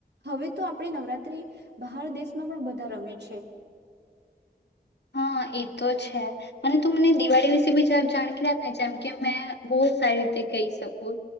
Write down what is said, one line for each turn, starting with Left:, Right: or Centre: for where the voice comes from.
Right: હવે તો આપણી નવરાત્રી બહાર દેશમાં પણ બધા રમે છે.
Left: હા એ તો છે અને તું મને દિવાળી વિશે બી જબ જાણકાર રા ને જેમ કે મેં બહુ સારી રીતે કહી શકું